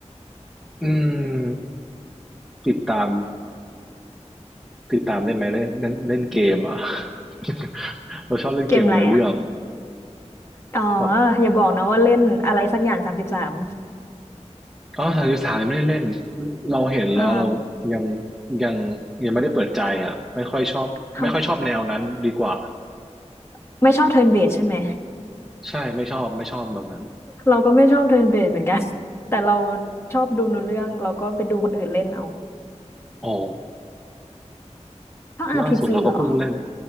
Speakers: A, in the centre; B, on the left.
A: อืมติดตามติดตามได้ไหมเล่นเล่นเล่นเกมอ่ะ <laughs> เราชอบเล่นเกมเนื้อเรื่อง
B: เกมอะไรอะอ๋อ
A: แบบ
B: อย่าบอกนะว่าเล่นอะไรสักอย่างสามสิบสาม
A: อ๋อสามสิบสามยังไม่ได้เล่นเราเห็นแล้วเรายัง
B: อ๋อ
A: ยังยังไม่ได้เปิดใจอ่ะไม่ค่อยชอบไม่ค่อยชอบแนวนั้นดีกว่า
B: ทำไม่ชอบเทิร์นเบสใช่ไหม
A: ใช่ไม่ชอบไม่ชอบแบบนั้น
B: เราก็ไม่ชอบเทิร์นเบสเหมือนกัน <laughs> แต่เราชอบดูหนูเรื่องเราก็ไปดูคนอื่นเล่นเอา
A: อ๋อ
B: ชอบ RPG
A: ล่าสุดเราก็เพิ่งเล่น
B: เหรอ